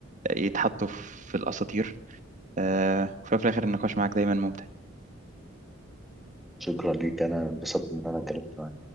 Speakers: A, on the right; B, in the centre.
A: يتحطوا في الأساطير آه وفي الآخر النقاش معاك دايما ممتع
B: شكرا ليك أنا انبسطت إن أنا اتكلمت